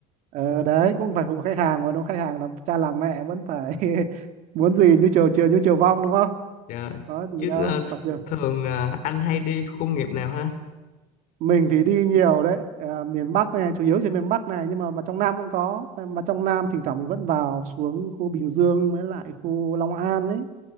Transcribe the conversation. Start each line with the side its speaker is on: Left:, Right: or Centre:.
Right: Ờ, đấy cũng phải phụ khách hàng mà đúng không? khách hàng là cha làm mẹ vẫn phải <laughs> muốn gì như chiều chiều như chiều vong đúng không
Left: Dạ.
Right: có gì
Left: Chứ
Right: đâu
Left: ờ, th-
Right: phải chưa
Left: thường ờ, anh hay đi khu công nghiệp nào ha?
Right: mình thì đi nhiều đấy à, miền Bắc này chủ yếu trên miền Bắc này nhưng mà mà trong Nam cũng có mà trong Nam thỉnh thoảng mình vẫn vào xuống khu Bình Dương với lại khu Long An ấy